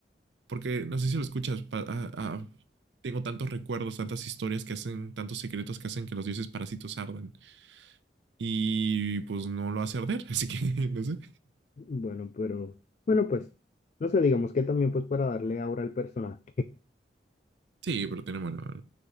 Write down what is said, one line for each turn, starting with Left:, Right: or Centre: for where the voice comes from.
Right: porque no sé si lo escuchas. pa- ah, ah, tengo tantos recuerdos, tantas historias que hacen, tantos secretos que hacen que los dioses parásitos ardan. Y pues no lo hace arder, <laughs> así que no sé.
Left: bueno, pero, bueno, pues, no sé, digamos que también pues para darle aura al personaje.
Right: Sí, pero tiene bueno,